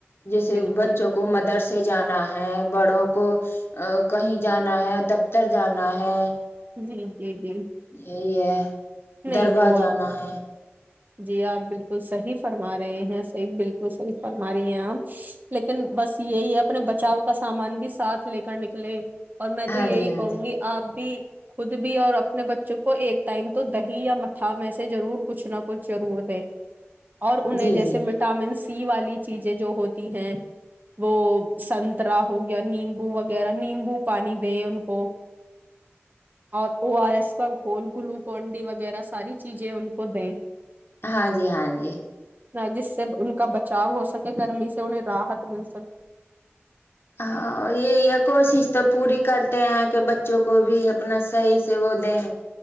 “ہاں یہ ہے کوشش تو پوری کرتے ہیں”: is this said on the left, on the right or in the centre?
Left